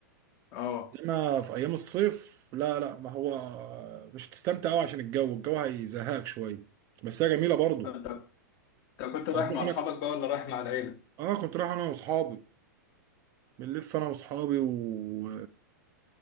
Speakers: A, on the left; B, on the right.
A: اه
B: إنما في أيام الصيف لا لا ما هو مش هتستمتع أوي عشان الجو الجو هيزهقك شوية بس هي جميلة برضه
A: انت انت كنت رايح
B: هتروح
A: مع اصحابك
B: انا
A: بقى ولا رايح مع العيلة؟
B: اه كنت رايح انا واصحابي بنلف انا واصحابي و